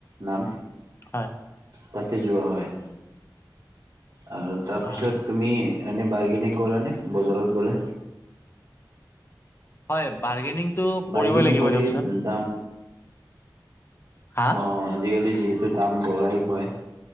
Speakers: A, on the right; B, on the left.
A: নাম।
B: হয়।
A: তাতে যোৱা হয় আৰু তাৰপিছত
B: অ
A: তুমি। এনে বাৰ্গেনিং কৰা নে বজাৰত গ'লে।
B: হয় বাৰ্গেনিংটো
A: বাৰ্গেনিং
B: কৰিবই লাগিব
A: কৰি
B: দিয়কচোন।
A: দাম
B: হা?
A: অ আজিকালি যিহেতু দাম বঢ়াই কয়।